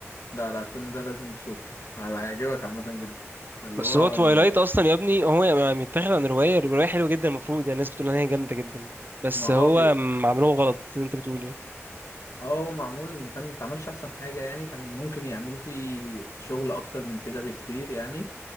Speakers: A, on the left; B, on the right.
A: لا لا الفيلم ده لازم تشوفه ه- هيعجبك عامة جدا اللي
B: بس
A: هو
B: هو توايلايت اصلا يا ابني هو يعني متاخد عن روايه الروايه حلوه جدا المفروض يعني الناس بتقول ان هي جامده جدا بس
A: ما
B: هو
A: اه بي...
B: م- عملوه غلط اللي انت بتقول يعني
A: اه هو معمول ما كان ما اتعملش احسن حاجة يعني كان ممكن يعملوا فيه شغل اكتر من كده بكتير يعني